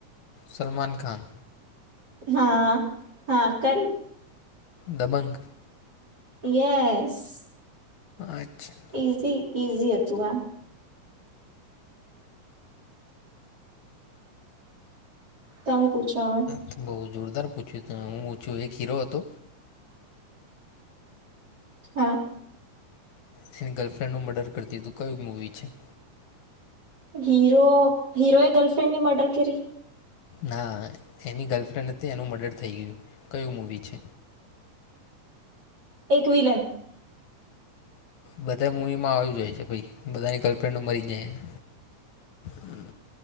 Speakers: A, on the left; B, on the right.
A: સલમાન ખાન.
B: હા હા કર.
A: દબંગ.
B: યસ.
A: અચ્છા.
B: ઈઝી ઈઝી હતું આ. તમે પૂછો હવે
A: તો જોરદાર પૂછ્યું તું હું છું એક હીરો હતો.
B: હા.
A: જેની ગર્લફ્રેન્ડ નું મર્ડર કરતી તું કઈ મૂવી છે.
B: હીરો હીરો એ ગર્લફ્રેન્ ની મડર્ર કરી.
A: ના એની ગર્લફ્રેન્ડ હતી એનું મર્ડર થઈ ગયું કયું મૂવી છે.
B: એક વિલન.
A: બધા મૂવીમાં આવ્યું જ હોય છે ભાઈ બધાની ગર્લફ્રેન્ડો મરી જાય છે. હમ્મ.